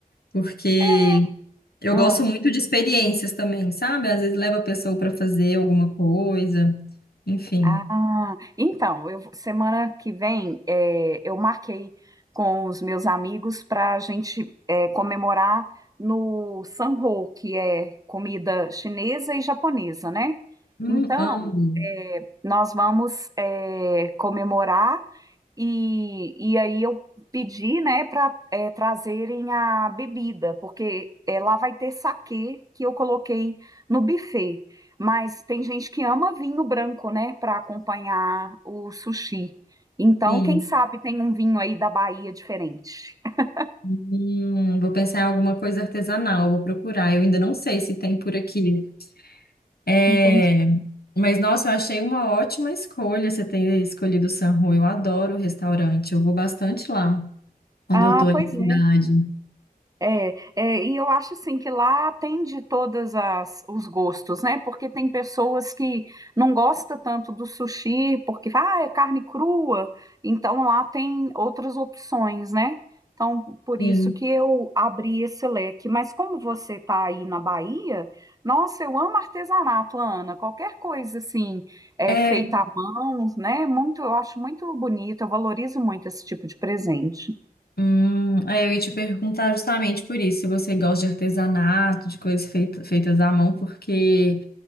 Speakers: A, on the left; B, on the right.
A: Porque
B: é,
A: Eu
B: ah,
A: gosto muito de experiências também, sabe? Às vezes leva a pessoa para fazer alguma coisa, enfim.
B: Ah, então, eu, semana que vem é, eu marquei com os meus amigos para a gente é, comemorar no Sanho, que é comida chinesa e japonesa, né?
A: Hum,
B: Então,
A: amo.
B: é, nós vamos é, comemorar. E, e aí eu pedi, né, para trazerem a bebida, porque eh, lá vai ter saquê que eu coloquei no buffet. Mas tem gente que ama vinho branco, né, para acompanhar o sushi. Então,
A: Sim.
B: quem sabe tem um vinho aí da Bahia diferente. <laughs>
A: Hum, vou pensar em alguma coisa artesanal, vou procurar. Eu ainda não sei se tem por aqui. É,
B: Entendi.
A: mas nossa, eu achei uma ótima escolha você ter escolhido o San Rô. Eu adoro o restaurante, eu vou bastante lá quando
B: Ah,
A: eu tô em
B: pois
A: cidade.
B: é. É, é, e eu acho assim que lá atende todas as os gostos, né? Porque tem pessoas que não gostam tanto do sushi, porque ah, é carne crua, então lá tem outras opções, né? Então, por
A: Sim.
B: isso que eu abri esse leque. Mas como você está aí na Bahia, nossa, eu amo artesanato, Ana. Qualquer coisa assim, é,
A: É,
B: feita à mão, né? Muito, eu acho muito bonito, eu valorizo muito esse tipo de presente.
A: Hum, é, eu ia te perguntar justamente por isso, se você gosta de artesanato, de coisas feita- feitas à mão, porque